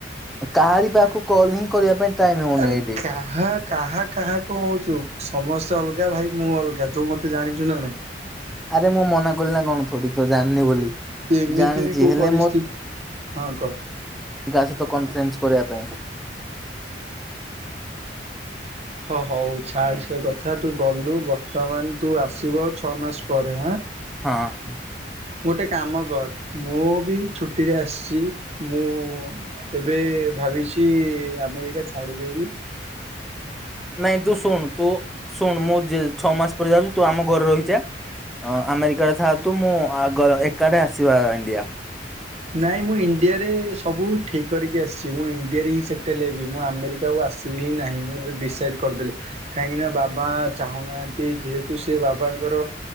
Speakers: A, in the centre; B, on the right (about 40°).
A: କାହାରି ପାଖକୁ କଲ ହିଁ କରିବା ପାଇଁ ଟାଇମ ହଉନି
B: ଆରେ
A: ଏଇଠି।
B: କାହା କାହା କାହା କଅ ହଉଛୁ। ସମସ୍ତେ ଅଲଗା ଭାଇ ମୁଁ ଅଲଗା ତୁ ମତେ ଜାଣିଛୁ ନା ନାଇଁ।
A: ଆରେ ମୁଁ ମନା କଲି ନା କଣ ଥୋଡି ତ ଜାଣିନି ବୋଲି।
B: ତୁ ଏମିତି
A: ଜାଣିଛି
B: ବି କୋଉ
A: ହେଲେ
B: ପରିସ୍ଥିତି ହଁ କହ।
A: ଯାହା ସହିତ କନଫରେନ୍ସ କରିବା ପାଇଁ।
B: ହଁ ହଉ ଛାଡ୍ ସେ କଥା। ତୁ ଗଲୁ ବର୍ତ୍ତମାନ ତୁ ଆସିବୁ ଆଉ ଛଅ ମାସ ପରେ ହ୍ନା?
A: ହଁ ହଁ।
B: ଗୋଟେ କାମ କର, ମୁଁ ବି ଛୁଟିରେ ଆସିଛି ମୁଁ ଏବେ ଭାବିଛି ଆମେରିକା ଛାଡିଦେବି।
A: ନାଇଁ ତୁ ଶୁଣୁ ତୁ ଶୁଣୁ ମୁଁ ଯେ ଛଅ ମାସ ପରେ ଯାଉଛି। ତୁ ଆମ ଘରେ ରହିଯା। ଅ ଆମେରିକାରେ ଥାଆ ତୁ ମୁଁ ଆଗର ଏକାଠେ ଆସିବା ଇଣ୍ଡିଆ।
B: ନାଇଁ ମୁଁ ଇଣ୍ଡିଆରେ ସବୁ ଠିକ୍ କରିକି ଆସିଛି। ମୁଁ ଇଣ୍ଡିଆରେ ହିଁ ସେଟେଲ୍ ହେବି। ମୁଁ ଆମେରିକାକୁ ଆସିବି ହିଁ ନାହିଁ। ମୁଁ ଡିସାଇଡ଼୍ କରିଦେଲି। କାହିଁକିନା ବାବା ଚାହୁଁନାହାନ୍ତି, ଯେହେତୁ ସେ ବାବାଙ୍କର